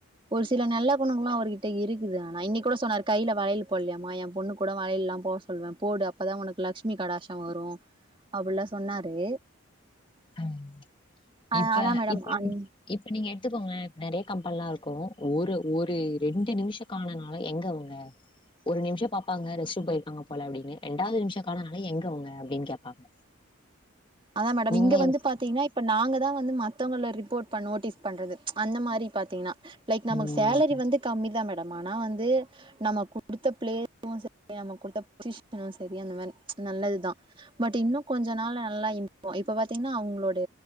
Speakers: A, on the right (about 25°); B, on the left (about 25°).
A: ஒரு சில நல்ல குணங்களு அவர்கிட்ட இருக்குது ஆனா இன்னக் கூட சொன்னாரு கைல வளையல் போல்லயாமா என் பொண்ணு கூட வளையல்லா போட சொல்வே போடு அப்பதா ஒனக்கு லக்ஷ்மி கடாசொ வரு அப்பிலா சொன்னாரு
B: ம்.
A: அ
B: இப்ப
A: அதா மேடம்
B: இப்ப
A: அன்
B: நீ இப்ப நீங்க எடுத்துக்கோங்க நெறைய கம்பல்லா இருக்கு ஒரு ஒரு ரெண்டு நிமிஷோ காணனால எங்க அவ்ங்க ஒரு நிம்ஷ பாப்பாங்க ரெஸ்ட்ரூம் போய்ருக்காங்க போல அப்டின்னு ரெண்டாவது நிம்ஷ காணனால எங்க அவ்ங்க அப்டின் கேப்பாங்க
A: அதா மேடம்
B: நீங்களே
A: இங்க வந்து
B: யோசி
A: பாத்தீங்கன்னா இப்ப நாங்கதா வந்து மத்தவங்கல ரிப்போர்ட் பண்ணு நோட்டீஸ் பண்றது அந்த மாரி பாத்தீங்ன்னா லைக் நமக்கு
B: ம்
A: சேலரி வந்து கம்மிதா மேடம் ஆனா வந்து நம்ம குடுத்த பிளே கு சரி நமக்கு குடுத்த பொசிஷனு சரி அந்த மாரி நல்லது தா பட் இன்னு கொஞ்ச நாள நல்லா இப்போ இப்ப பாத்தீங்ன்னா அவ்ங்ளோட